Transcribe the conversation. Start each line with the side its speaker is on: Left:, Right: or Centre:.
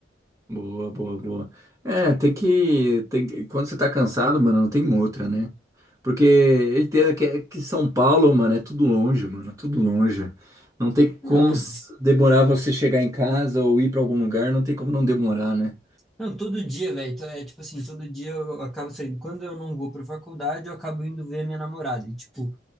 Right: Boa, boa, boa. É, tem que, tem que- quando você tá cansado, mano, não tem outra, né? Porque eu entendo que, é- que São Paulo, mano, é tudo longe, mano, é tudo longe. Não tem
Centre: Não,
Right: como s- demorar você chegar em casa ou ir para algum lugar, não tem como não demorar, né?
Centre: não, todo dia, velho. Então, É tipo assim, todo dia eu acabo saindo. Quando eu não vou pra faculdade, eu acabo indo ver a minha namorada. E, tipo,